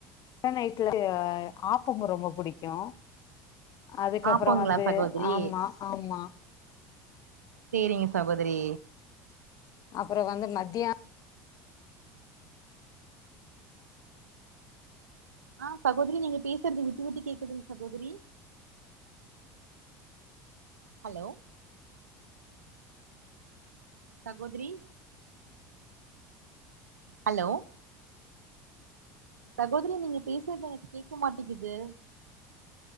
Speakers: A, on the left; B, on the right.
A: ன் ஐட் <unintelligible> ஆப்பம் ரொம்ப புடிக்கு அதுக்கப்புற
B: ஆப்பங்களா
A: வந்து
B: சகோதரி
A: ஆமா ஆமா
B: சேரிங்க சகோதரி
A: அப்புற வந்து மத்தியோ
B: ஆஹ் சகோதரி நீங்க பேசுறது விட்டு விட்டு கேக்குதுங்க சகோதரி ஹலோ சகோதரி ஹலோ சகோதரி நீங்க பேசுறது எனக்கு கேக்க மாட்டேங்குது